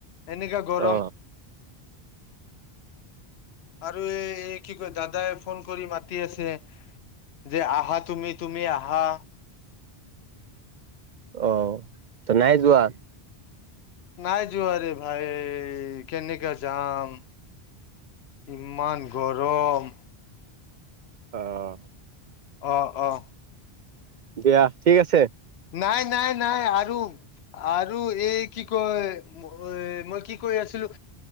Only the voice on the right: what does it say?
অ
অ' তই নাই যোৱা?
অ'।
দিয়া ঠিক আছে।